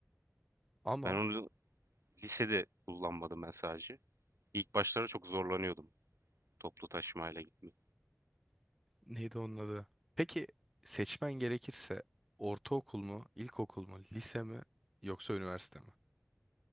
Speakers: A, in the centre; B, on the right.
A: Ama
B: Ben onu lisede kullanmadım ben sadece. İlk başlarda çok zorlanıyordum toplu taşımayla gitmeye.
A: neydi onun adı? Peki seçmen gerekirse ortaokul mu, ilkokul mu, lise mi yoksa üniversite mi?